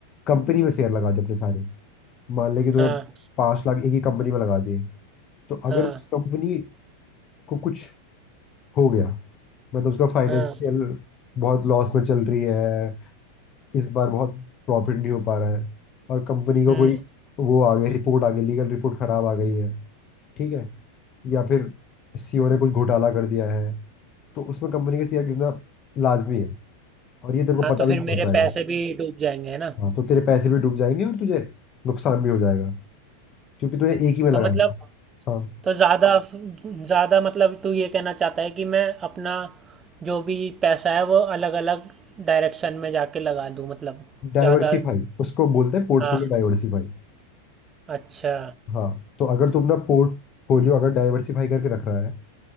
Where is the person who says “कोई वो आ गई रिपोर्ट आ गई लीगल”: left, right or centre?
Left